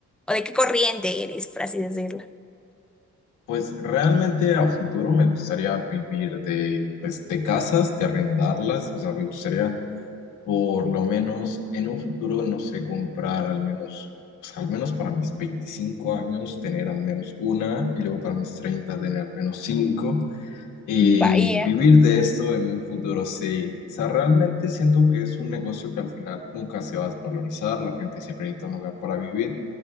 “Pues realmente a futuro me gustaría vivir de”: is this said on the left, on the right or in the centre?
Left